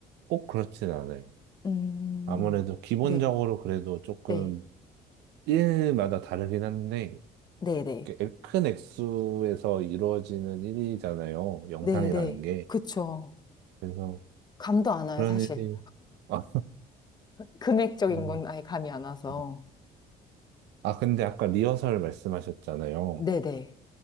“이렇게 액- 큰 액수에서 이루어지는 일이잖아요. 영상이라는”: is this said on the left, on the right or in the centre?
Right